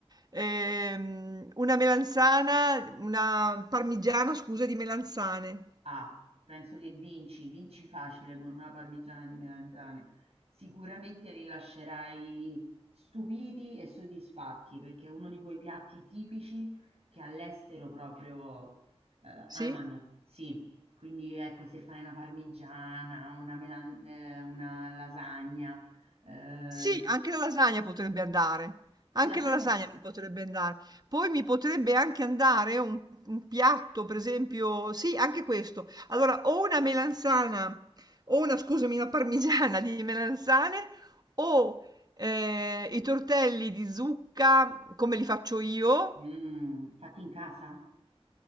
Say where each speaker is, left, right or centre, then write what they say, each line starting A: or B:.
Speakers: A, on the right; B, on the right.
A: Ehm, una melanzana, una parmigiana, scusa, di melanzane.
B: Ah, penso che vinci, vinci facile con una parmigiana di melanzane. Sicuramente li lascerai stupiti e soddisfatti perché è uno di quei piatti tipici che all'estero proprio eh,
A: Sì,
B: amano. Sì, quindi ecco, se fai una parmigiana, una, melan- eh, una lasagna, eh,
A: sì, anche la lasagna potrebbe andare, anche
B: lasagne
A: la lasagna mi potrebbe andare. Poi mi potrebbe anche andare un, un piatto, per esempio, sì, anche questo. Allora, o una melanzana, o una, scusami, una parmigiana di melanzane, o eh, i tortelli di zucca, come li faccio io,
B: mm, fatte in casa?